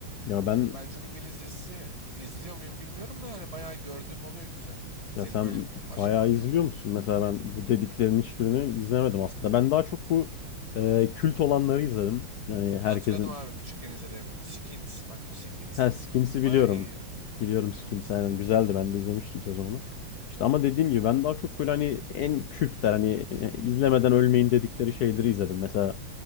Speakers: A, on the left; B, on the right.
A: Ya
B: Ee,
A: ben
B: ben çok İngiliz dizisi izliyor muyum bilmiyorum da yani bayağı gördüğüm oluyor güzel. Senin
A: Ya sen
B: böyle başka
A: bayağı
B: var
A: izliyor
B: mı?
A: musun? Mesela ben bu dediklerin hiçbirini izlemedim aslında. Ben daha çok bu e, kült olanları izledim. Yani herkesin.
B: Hatırladım abi küçükken izlediğimi. Skins. Bak bu Skins
A: Ha Skins'i biliyorum.
B: bayağı iyi.
A: Biliyorum
B: Evet.
A: Skins. Aynen güzeldi. Ben de izlemiştim sezonunu. İşte ama dediğim gibi ben daha çok böyle hani en kültler hani e, izlemeden ölmeyin dedikleri şeyleri izledim. Mesela